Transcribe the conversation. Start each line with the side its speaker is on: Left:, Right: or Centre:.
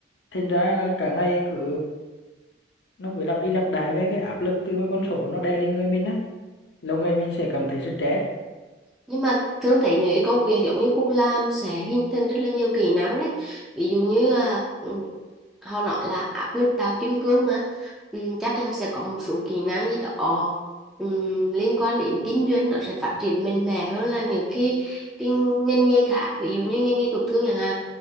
Left: thành ra là cả ngày cứ nó cứ lặp đi lặp lại với cái áp lực từ cái con số nó đè lên người mình á lâu ngày mình sẽ cảm thấy stress
Centre: nhưng mà thường thấy những cái công việc giống như Phúc làm sẽ hình thành rất là nhiều kỹ năng đấy ví dụ như à, ừ, họ nói là áp lực tạo kim cương mà ừ, chắc là sẽ có một số kỹ năng gì đó ừ, liên quan đến kinh doanh nó sẽ phát triển mạnh mẽ hơn là những cái cái ngành nghề khác ví dụ như ngành nghề tiểu thương chẳng hạn